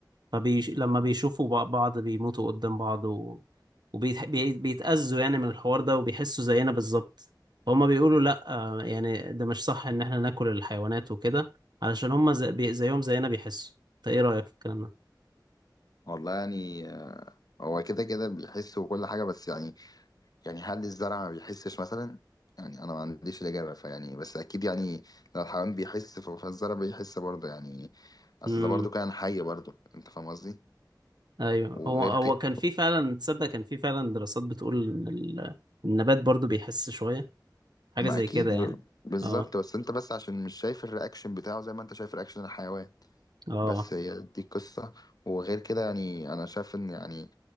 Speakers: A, on the right; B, on the left.
A: فبيش... لما بيشوفوا بع- بعض بيموتوا قدام بعض و... وبيتأذوا يعني من الحوار ده وبيحسوا زينا بالظبط فهم بيقولوا لأ آه، يعني ده مش صح إن إحنا ناكل الحيوانات وكده علشان هم زي... بي- زيهم زينا بيحسوا أنت إيه رأيك في الكلام
B: والله يعني آه، هو كده كده بيحس وكل حاجه بس يعني يعني هل الزرع ما بيحسش مثلا يعني انا ما عنديش الاجابه فيعني بس اكيد يعني لو الحيوان بيحس ف- فالزرع بيحس برضه يعني اصل
A: ده؟
B: ده برضه كائن حي برضه انت فاهم قصدي
A: ايوه
B: وغير
A: هو هو
B: كده
A: كان في فعلا تصدق كان في فعلا دراسات بتقول ان ال- النبات برضو بيحس شويه حاجه
B: ما
A: زي
B: اكيد
A: كده يعني
B: ب... بالظبط
A: اه
B: بس انت بس عشان مش شايف الرياكشن بتاعه زي ما انت شايف رياكشن الحيوان
A: اه
B: بس هي دي القصه وغير كده يعني انا شايف ان يعني